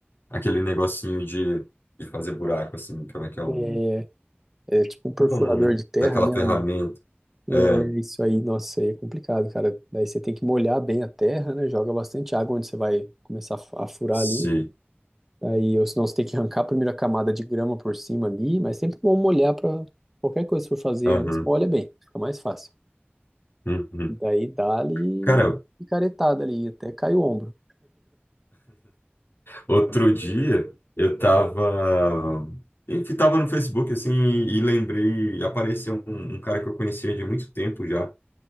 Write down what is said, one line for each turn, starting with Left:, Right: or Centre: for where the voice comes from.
Left: aquele negocinho de, de fazer buraco, assim, como é que é um...
Centre: é, é tipo um perfurador
Left: Como é o nome?
Centre: de terra,
Left: Daquela
Centre: né,
Left: ferramenta.
Centre: um,
Left: É,
Centre: É isso aí, nossa, isso aí é complicado, cara. Daí você tem que molhar bem a terra, né? Joga bastante água onde você vai começar a fu- a furar
Left: sei.
Centre: ali. Aí, ou senão você tem que arrancar a primeira camada de grama por cima ali, mas sempre bom molhar para qualquer coisa que for fazer
Left: Aham.
Centre: antes, molha bem, fica mais fácil.
Left: uhum.
Centre: E daí dá-lhe
Left: Cara,
Centre: picaretada ali, até cai o ombro.
Left: Outro dia eu tava, enfim, tava no Facebook assim e, e lembrei, apareceu um, um cara que eu conhecia de muito tempo já,